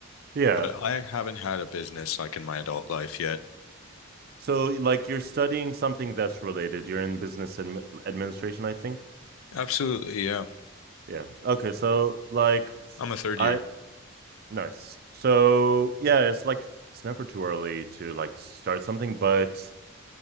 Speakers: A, on the right; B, on the left.
A: Yeah.
B: but I haven't had a business like in my adult life yet.
A: So, like, you're studying something that's related. You're in business admi administration, I think.
B: Absolutely, yeah.
A: Yeah. Okay. So, like,
B: I'm a third
A: I,
B: year.
A: nice. So, yeah, it's like, it's never too early to, like, start something, but,